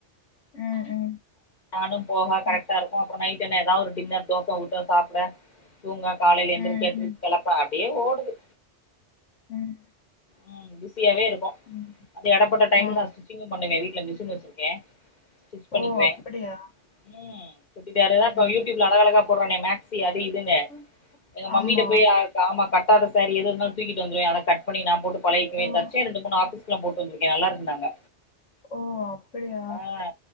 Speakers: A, on the left; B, on the left.
A: ம் ம்
B: நானும் போக
A: ம்
B: கரெக்டா இருக்கு அப்பறோ நைட் டின்னர் ஏதாவது ஒரு டின்னர் தோச ஊத்த சாப்ட தூங்க காலேல எந்திரிக்க
A: ம் ம்
B: <unintelligible> வெளக்க அப்டியே ஓடுது
A: ம்
B: ம் பிஸியாவே இருக்கு
A: ம்
B: அது எடப்பட்ட டைம்ல
A: ம் ஆமா
B: நா ஸ்டிச்சிங்கு பண்ணுவே வீட் ல மிசின் வச்சுருக்கே ஸ்டிச் பண்ணிக்குவே
A: ஓ அப்படியா
B: ம் <unintelligible> இப்ப
A: ம்
B: யூடூயூப்ல அழகழகா போட்றானே மேக்ஸி யா அது இதுன்னு
A: ம்
B: எங்க மம்மிட்ட
A: ஆமா
B: போய் ஆ ஆமா கட்டாத சாரி எது இருந்தாலு தூக்கிட்டு வந்துருவே அத கட் பண்ணி நாம போட்டு பழகிக்குவே
A: ஓ
B: தச்சே ரெண்டு மூணு ஆபீஸ்க்கலா போட்டு வந்துருக்கே நல்லா இருக்குன்டாங்க
A: ஓ! அப்படியா?
B: ஆ